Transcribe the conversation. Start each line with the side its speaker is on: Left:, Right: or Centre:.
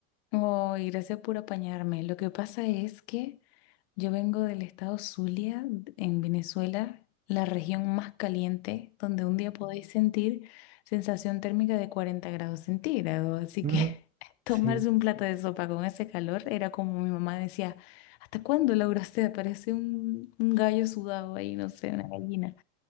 Left: Ay, gracias por apañarme. Lo que pasa es que... Yo vengo del estado Zulia, en Venezuela, la región más caliente, donde un día podéis sentir sensación térmica de 40 grados centígrados. Así
Right: Ujú,
Left: que
Right: ujú,
Left: <laughs> tomarse
Right: sí.
Left: un plato de sopa con ese calor era como mi mamá decía, ¿hasta cuándo, Laura? O sea, parece un, un gallo sudado ahí, no sé, una gallina.